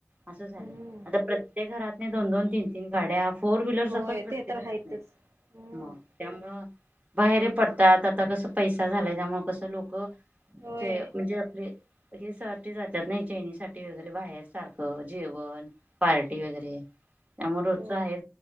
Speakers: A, on the right; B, on the right.
A: असं
B: हम्म
A: झालं आता प्रत्येक घरात. नाही दोन दोन तीन तीन गाड्या फोर व्हीलर
B: होय
A: सकट प्रत्येक
B: ते तर
A: घरात
B: आहेतच
A: नाही
B: हम्म
A: मग त्यामुळं. बाहेरे पडतात आता कसं पैसा झालाय त्यामु कसं लोक.
B: होय
A: म्हणजे आपले हे सा जातात नाही ैनीसाठीठी वगैरे <inaudible> बाहेर सारख जेवण पार्टी वगैरे त्यामुळे रोजच
B: हो
A: आहे